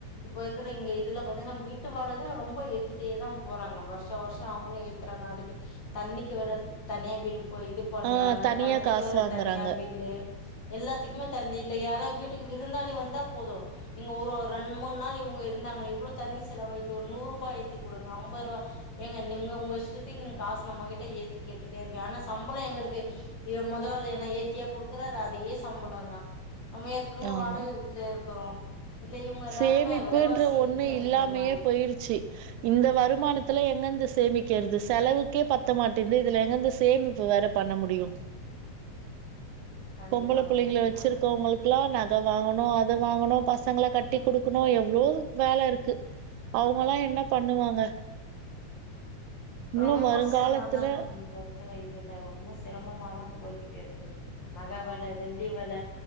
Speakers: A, on the left; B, on the right.
A: இப்ப இருக்குற இங்க இதுல பாத்தீங்கன்னா வீட்டு வாடகை ரொம்ப ஏத்திட்டேதா போறாங்க வருஷா வருஷ் ட்ட அவுங்களு ஏத்துறாங்க அதுக்கு தண்ணிக்கு வேற தனியா பில்லு இப்ப இது பண்றாங்க
B: ஆ தனியா
A: கரண்ட்டுக்கு
B: காசு
A: வற
B: வாங்குறாங்க
A: தனியா பில்லு எல்லாத்துக்குமே தண்ணி இல்ல யாரா வீட்டுக்கு விருந்தாளி வந்தா போது நீங்க ஒரு ரெண்டு மூணு நாள் இவங்க இருந்தாங்களே இவ்ளோ தண்ணி செலவாயிச்சு ஒரு நூறு ரூபா ஏத்தி குடுங்க அம்பது ரூபா ஏங்க நீங்க உங்க இஷ்டத்திக்கி நீங்க காசு நம்ம கிட்ட ஏத்தி கேட்டுட்டே இருக்கே ஆனா சம்பளம் எங்களுக்கு ஏன் மொதலாளி என்னா ஏத்தியா குடுக்குறாரு அதே சம்பளம்தா நம்ம ஏற்கனவே
B: ஆமா
A: வாடகை வீட்ல இருக்குறோ இல்ல இவங்க எல்லாருமே
B: சேமிப்புன்ற
A: விலைவாசி
B: ஒண்ணு
A: அப்டின்னு
B: இல்லாமயே
A: இந்த மாரி இருக்கு
B: போயிருச்சு இந்த வருமானத்துல எங்கந்து சேமிக்கிறது செலவுக்கே பத்த மாட்டேந்து இதுல எங்கேர்ந்து சேமிப்பு வேற பண்ண முடியு
A: கண்டிப்பா
B: பொம்பள புள்ளைங்களை
A: கண்டிப்பா
B: வச்சிருக்கவங்களுக்கெல்லா நக வாங்கணு அ நக வாங்கணு பசங்கள கட் ட்டிக் குடுக்கணு எவ்ளோ வேல இருக்கு அவங்கல்லா என்ன பண்ணுவாங்க இன்னு
A: ரொம்ப
B: வருங்காலத்துல
A: சிரமந்தா தோழி இப்ப இருக்குற இத் இல்ல ரொம்ப சிரமமாதா போய்க்கிட்டே இருக்கு நக வெல வெள்ளி வெல